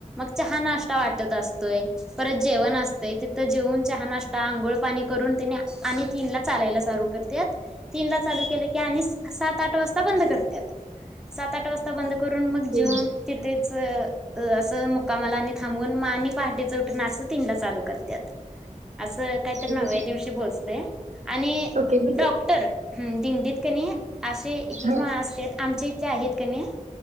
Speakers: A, in the centre; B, on the right.
A: चहा नाश्ता वाटत असतोय परत जेवण असतंय तिथं जेऊन चहा नाष्टा आंघोळ पाणी करून त्यानी आणि तीन ला चालायला चालू करत्यात. तीन ला चालू केलं की आणि सात आठ वाजता बंद करत्यात सात आठ वाजता बंद करून मग
B: ओके
A: जेवून तिथेच अ असं मुकामाला आणि थांबवून आणि पहाटे च उटून अस तीनला चालू करत्यात. असं काहीतरी
B: म्हणजे
A: नव्या दिवशी पोहचते आणि
B: ओके म्हणजे
A: डॉक्टर हम्म दिंडीत कणी असे एक एक
B: हा
A: असत्यात आमच्या इथले आहेत कणी